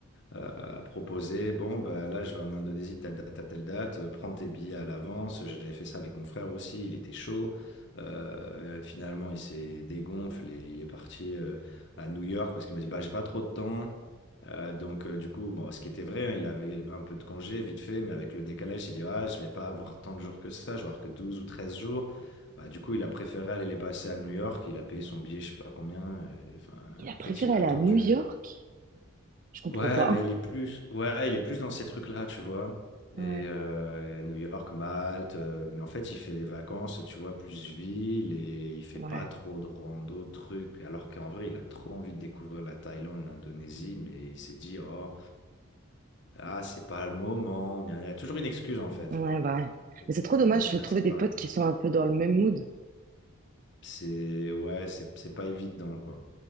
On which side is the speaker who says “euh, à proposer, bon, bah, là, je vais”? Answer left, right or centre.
Left